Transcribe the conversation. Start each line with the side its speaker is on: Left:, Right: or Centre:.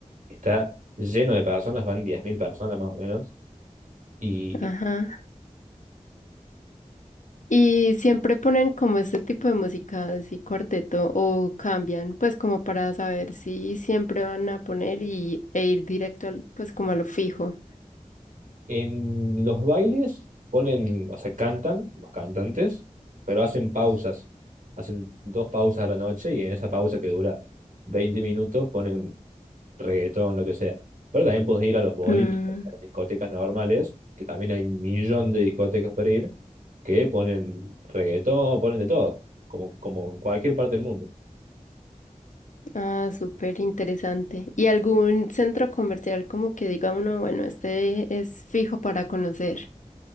Right: está lleno de personas, van 10.000 personas más o menos. Y
Left: Ajá. Y siempre ponen como este tipo de música, así cuarteto, o cambian, pues como para saber si siempre van a poner y, e ir directo al, pues como a lo fijo.
Right: en los bailes ponen, o sea, cantan los cantantes, pero hacen pausas. Hacen dos pausas a la noche y en esa pausa que dura 20 minutos ponen reggaetón, lo que sea. Pero también puedes ir a los boliches,
Left: Mm.
Right: a las discotecas normales, que también hay un millón de discotecas para ir, que ponen reggaetón, ponen de todo, como, como en cualquier parte del mundo.
Left: Ah, súper interesante. ¿Y algún centro comercial como que diga uno, bueno, este es fijo para conocer?